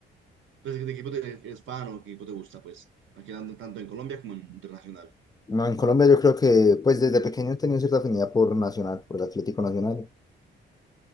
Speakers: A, on the right; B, on the left.
A: pues, ¿de qué equipo te, eres fan o qué equipo te gusta? Pues, aquí tanto, tanto en Colombia como en internacional.
B: No, en Colombia yo creo que pues desde pequeño he tenido cierta afinidad por Nacional, por el Atlético Nacional.